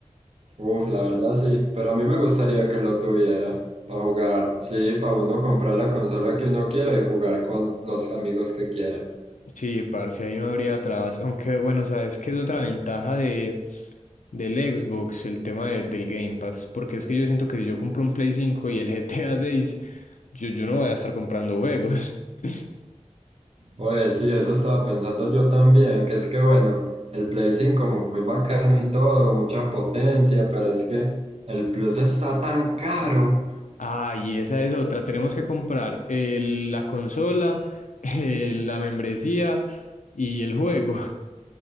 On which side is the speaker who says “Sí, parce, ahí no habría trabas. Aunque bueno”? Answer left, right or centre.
Left